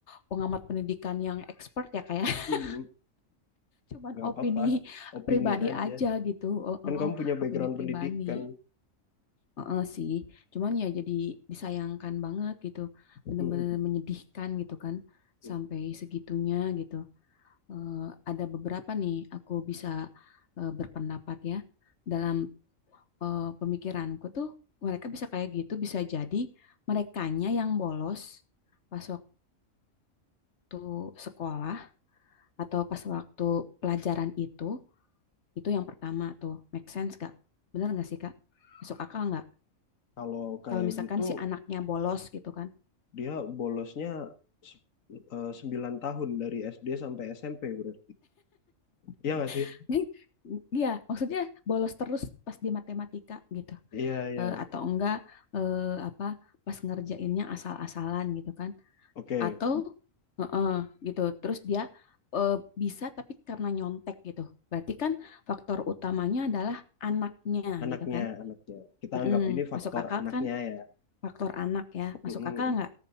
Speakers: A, on the left; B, on the left.
A: pengamat pendidikan yang expert ya kayak <laughs>
B: Hmm,
A: cuman
B: nggak
A: opini
B: apa-apa. Opini
A: pribadi
B: aja.
A: aja gitu. Oh,
B: Kan
A: oh,
B: kamu punya background
A: opini pribadi.
B: pendidikan.
A: Oh, oh, sih. Cuman ya jadi disayangkan banget gitu. Bener-bener
B: <laughs>
A: menyedihkan gitu kan
B: Hmm.
A: sampai segitunya gitu. Eh, ada beberapa nih aku bisa eh, berpendapat ya dalam eh, pemikiranku tuh mereka bisa kayak gitu bisa jadi merekanya yang bolos pas waktu sekolah atau pas waktu pelajaran itu itu yang pertama tuh make sense gak? Bener gak sih Kak? Masuk akal nggak?
B: Kalau kayak
A: Kalau misalkan
B: gitu
A: si anaknya bolos gitu kan.
B: dia bolosnya se- eh, 9 tahun dari SD sampai SMP berarti. Iya nggak sih?
A: <laughs> Iya, maksudnya bolos terus pas di matematika gitu.
B: Iya, iya.
A: Eh, atau enggak eh, apa pas ngerjainnya asal-asalan gitu kan.
B: Oke,
A: atau heeh, gitu. Terus dia eh, bisa tapi karena nyontek gitu. Berarti kan faktor utamanya adalah anaknya
B: Anaknya,
A: gitu kan.
B: anaknya. Kita
A: Mm-mm.
B: anggap ini faktor
A: Masuk akal
B: anaknya
A: kan
B: ya.
A: faktor anak ya.
B: Mm-mm.
A: Masuk akal nggak?